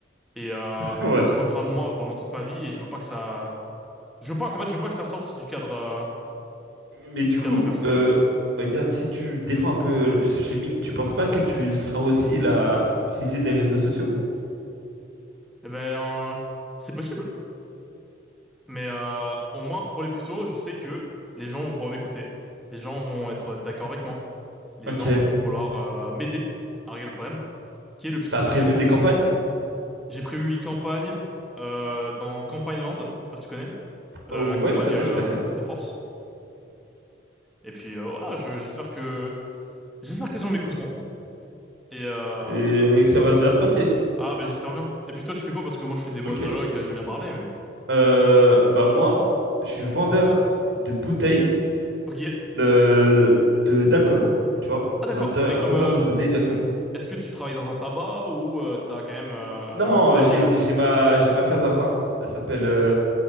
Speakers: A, in the centre; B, on the right.
A: et, euh,
B: <laughs> Ouais.
A: et on se moquera de moi pendant toute ma vie et je veux pas que ça, je veux pas, en fait, je veux pas que ça sorte du cadre, euh,
B: Mais du coup,
A: cadre personnel.
B: euh, regarde, si tu défends un peu le shaming, tu penses pas que tu seras aussi la risée des réseaux sociaux?
A: Eh ben, euh, c'est possible. Mais, euh, au moins, pour les puceaux, je sais que les gens vont pouvoir m'écouter. Les gens vont être d'accord avec moi. les
B: Ok.
A: gens vont vouloir euh, m'aider à régler le problème, qui est le phytochimie
B: T'as prévu
A: en France.
B: des campagnes?
A: J'ai prévu une campagne euh, dans Campagne Land, je sais pas si tu connais, la,
B: Oh
A: la
B: ouais,
A: campagne
B: je connais,
A: euh,
B: je connais.
A: de France. Et puis euh, voilà, je- j'espère que j'espère que les gens m'écouteront. Et euh,
B: Et ça va
A: et puis
B: bien
A: bon.
B: se passer.
A: Ah ben j'espère bien. Et puis toi tu fais quoi? Parce que moi je fais des monologues,
B: Ok.
A: j'aime bien parler, mais.
B: Euh, bah moi, je suis vendeur de bouteilles
A: Ok.
B: de, de- d'alcool. Tu vois?
A: Ah d'accord.
B: Vendeur,
A: Mais comme
B: vendeur
A: euh,
B: de bouteilles d'alcool.
A: est-ce que tu travailles dans un tabac ou euh, t'as quand même euh,
B: N- Non,
A: une enseigne?
B: j'ai,
A: euh,
B: j'ai ma, j'ai ma cave à vin. Elle s'appelle euh,